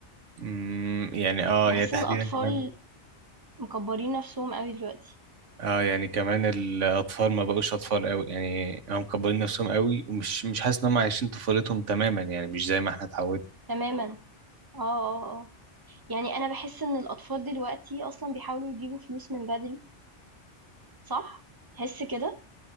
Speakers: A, on the right; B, on the right.
A: امم يعني اه
B: بحس
A: يعني تحديدا
B: إن الأطفال
A: كمان
B: مكبرين نفسهم قوي دلوقتي
A: اه يعني كمان الاطفال ما بقوش اطفال قوي يعني هم مكبرين نفسهم قوي ومش مش حاسس ان هم عايشين طفولتهم تماما يعني مش زي ما احنا اتعودنا
B: تماما اه اه اه يعني أنا بحس إن الأطفال دلوقتي أصلا بيحاولوا يجيبوا فلوس من بدري صح؟ تحس كده؟